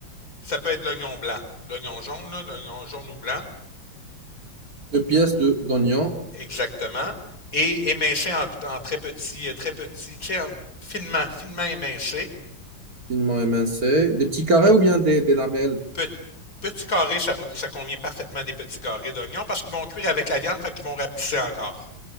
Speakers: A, on the left; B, on the right.
A: Ça peut être l'oignon blanc, l'oignon jaune, l'oignon jaune ou blanc,
B: Deux pièces de d'oignons,
A: exactement, et émincé en, en très petit, euh, très petit, tu sais, en- finement, finement émincé.
B: finement émincés. Des petits carrés ou bien des, des lamelles?
A: Pe- petit carré, ça, va- ça convient parfaitement des petits carrés d'oignons parce qu'ils vont cuire avec la viande, fait qu'ils vont rapetisser encore.